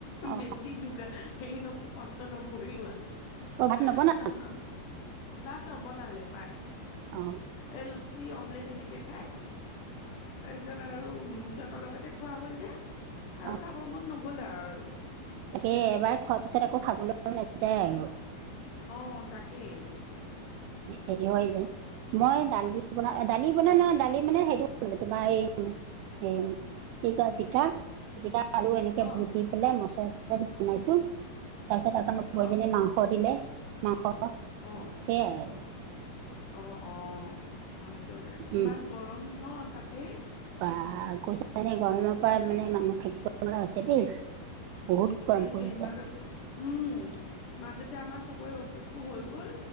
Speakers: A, on the right (about 85°); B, on the left (about 65°).
A: অ
B: বেছি যোগা হেই নকৰি কষ্ট নকলো আজি
A: অ ভাত নবনা
B: আহ ভাত নবনালে মায়ে
A: অ
B: এই লুচি অমলেট এনেকে খায় তাৰপিছত আৰু সিহত অলপতে খোৱা হ'ল যে আৰু
A: অ
B: খাব মন নগ'ল আৰু
A: তাকে এবাৰ খোৱাৰ পিছত আকৌ খাবলে মন নাযায় আৰু
B: অ তাকে
A: হেৰি হয় যায়। মই দালি বনা দালি বন ন দালি মানে হে তোমাৰ এই এই কি কয় জিকা জিক আৰু এনেকে
B: অ',
A: বুত দি পেলাই মছলা চচলা দি বনাইছো তাৰ পিছত আকৌ
B: অ',
A: পইজনী মাংস দিলে মাংস
B: অ,
A: সেয়াই আৰু
B: অ অ আহক দিয়ক ইমান
A: উম
B: গৰম ন তাতে
A: বা কৈছ গৰমৰ পৰা মানে মানুহ থাকিব পৰা হৈছে দেই বহুত গৰম
B: সেইটোৱে
A: পৰিছে
B: মাজত উম মাজতে আমাৰ চবৰে অসুখো হৈ গ'ল